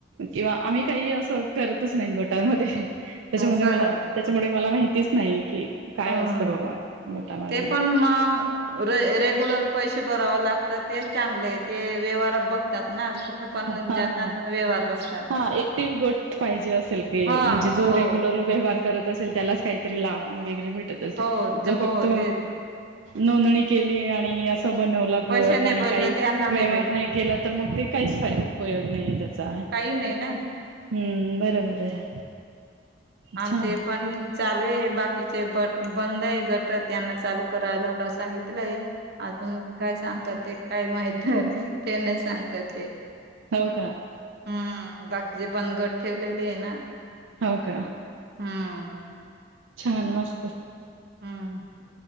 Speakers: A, on the right; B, on the right.
A: किंवा आम्ही काही असं करतच नाही गटामध्ये त्याच्यामध्ये
B: असं
A: मला
B: का
A: त्याच्यामुळे मला माहितीच नाही की काय
B: हम्म
A: असतं बाबा गटामध्ये
B: ते पण म र रेग्युलर पैसे बराव लागत ते चांगलं आहे ते व्यवहार बघतात ना. कुठे पण
A: ह ह
B: जातात ना व्यवहार बघतात
A: हा एकटि गोट पाहिजे असेल की
B: हा
A: म्हणजे जो
B: हो
A: रेगुलर व्यवहार करत असेल त्यालाच फक्त लाभ वगैरे भेटत असेल
B: हो ते
A: जो फक्त
B: हो ते
A: नोंदणी केली आणि असं बनवला
B: पैसे
A: गट
B: नाही
A: आणि
B: भरले
A: काही
B: त्यांना
A: व्यवहार
B: भेटत
A: नाही केला तर मग ते काहीच फाय उपयोग नाहीये त्याचा.
B: काही नाही ना
A: हं बरोबर आहे.
B: आमचे
A: छान
B: पण चालू आहे बाकीचे बट बंद आहे गट त्यांना चालू कराला सांगितलंय अजून काय सांगतात ते काय माहित ते नाही सांगता येत ते
A: हो का?
B: हम्म बाकीचे पण गट ठेवलेले आहे ना
A: हो का?
B: हा.
A: छान मस्त
B: हम्म